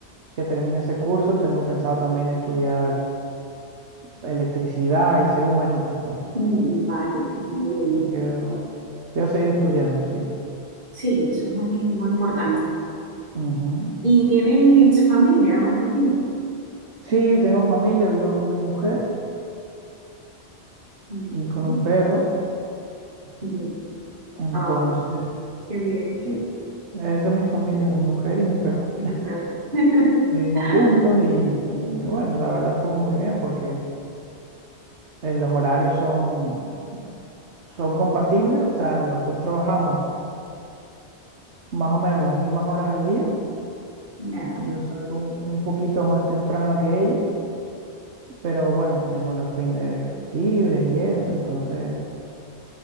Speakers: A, on the right; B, on the right.
A: que termine ese curso, tengo pensado también estudiar electricidad y ser humanitas, pues.
B: Mm, vale, muy bien.
A: Quiero, quiero seguir estudiando, sí.
B: Sí, eso es muy, muy importante.
A: Ujú.
B: ¿Y tienen familia, Valentín?
A: Sí, tengo familia, vivo con mi mujer
B: Mm.
A: y con un perro.
B: Ujú.
A: Entonces,
B: Ah, qué bien.
A: sí, esa es mi familia, mi mujer y mi perro.
B: Y tu perro. <laughs>
A: Vivimos juntos y, y, bueno, la verdad estamos muy bien porque eh, los horarios son, son compatibles, o sea, los dos trabajamos más o menos las mismas horas al día.
B: Ya.
A: Yo salgo un, un poquito más temprano que ella, pero bueno, tenemos los fines libres y eso, entonces